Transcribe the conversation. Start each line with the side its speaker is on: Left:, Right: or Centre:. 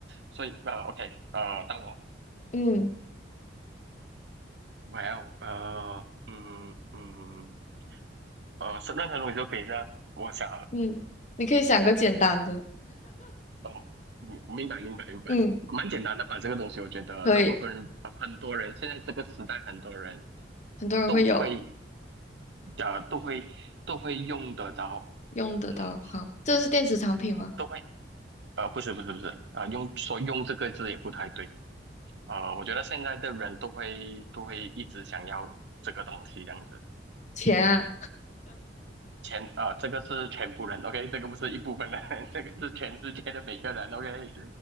Right: 所以呃 OK 呃到我
Left: 嗯
Right: ，Well 呃嗯嗯呃是任何东西都可以是吧？我想好了。
Left: 嗯，你可以想个简单的，
Right: 哦，嗯明白明白明白，
Left: 嗯，
Right: 蛮简单的吧？这个东西，我觉得大部分人呃很多人现在这个时代，
Left: <laughs> 可以，
Right: 很多人
Left: 很多人会有。
Right: 都会呃都会都会用得着，
Left: 用得到。
Right: 嗯，
Left: 好，这是电子产品吗？
Right: 都会呃不是不是不是，呃用说用这个字也不太对，呃，我觉得现在的人都会都会一直想要这个东西这样子。
Left: 钱啊，
Right: 全啊、这个是全部人，OK，这个不是一部分人，<laughs> 这个是全世界的每个人，OK。